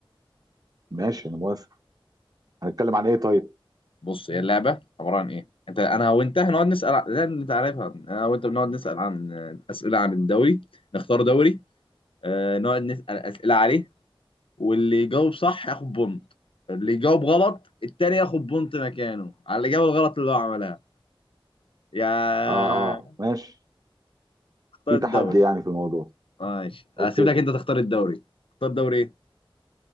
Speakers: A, on the right; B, on the left.
A: ماشي انا موافق هنتكلم عن ايه طيب
B: بص هي اللعبة عبارة عن إيه أنت أنا وأنت هنقعد نسأل عن... لا، أنت عارفها أنا وأنت بنقعد نسأل عن آه، أسئلة عن الدوري نختار دوري آه، نقعد نسأل أسئلة عليه واللي يجاوب صح ياخد بونت اللي يجاوب غلط التاني ياخد بونت مكانه على الإجابة الغلط اللي هو عملها يا
A: اه اه ماشي
B: اختار
A: في
B: الدوري
A: تحدي يعني في الموضوع
B: ماشي هسيب
A: اوكي
B: لك انت تختار الدوري تختار دوري ايه